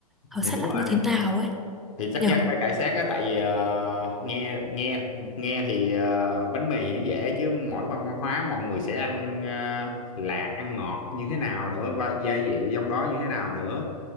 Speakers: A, in the centre; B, on the left (about 55°).
A: khảo
B: thì
A: sát
B: đúng
A: lại
B: rồi
A: như thế nào ấy
B: thì chắc
A: nhỉ
B: chắn phải cải xác á tại vì ờ, nghe nghe nghe thì ờ, bánh mì thì dễ chứ mỗi văn hóa mọi người sẽ ăn ờ, lạc ăn ngọt như thế nào nữa và gia vị trong đó như thế nào nữa